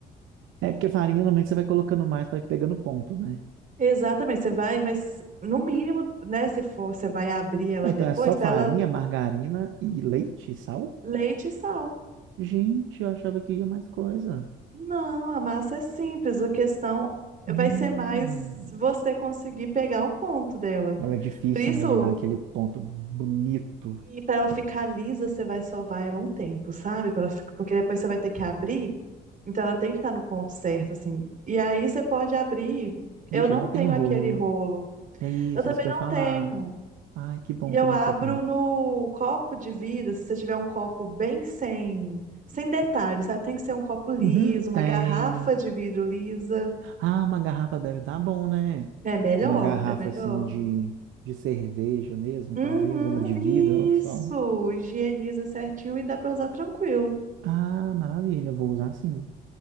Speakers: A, on the right; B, on the right.
A: É porque farinha normalmente você vai colocando mais para ir pegando ponto, né?
B: Exatamente, você vai, mas no mínimo, né, se for, você vai abrir ela
A: Ué, Então
B: depois,
A: é só
B: pra
A: farinha,
B: ela
A: margarina e leite e sal?
B: leite e sal.
A: Gente, eu achava que ia mais coisa.
B: Não, a massa é simples. A questão
A: Hum.
B: vai ser mais você conseguir pegar o ponto dela.
A: Ela é difícil,
B: Por isso,
A: né, de dar aquele ponto bonito
B: e para ela ficar lisa, você vai sovar ela um tempo, sabe? Pra ela fi- porque depois você vai ter que abrir. Então ela tem que estar no ponto certo, assim. E aí você pode abrir.
A: Vixe,
B: Eu não
A: eu não
B: tenho
A: tenho rolo.
B: aquele rolo.
A: É isso,
B: Eu também
A: isso que
B: não
A: eu ia falar.
B: tenho.
A: Ai, que bom,
B: E eu
A: como
B: abro
A: é que você faz?
B: no copo de vidro. Se você tiver um copo bem sem, sem detalhes, sabe? Tem que ser um copo liso,
A: Uhum, tenho.
B: uma garrafa de vidro lisa.
A: Ah, uma garrafa deve dar bom, né?
B: É melhor,
A: Uma garrafa
B: é melhor.
A: assim de, de cerveja mesmo,
B: Uhum,
A: talvez ela de
B: isso.
A: vidro, ela só.
B: Higieniza certinho e dá pra usar tranquilo.
A: Ah, maravilha, eu vou usar sim.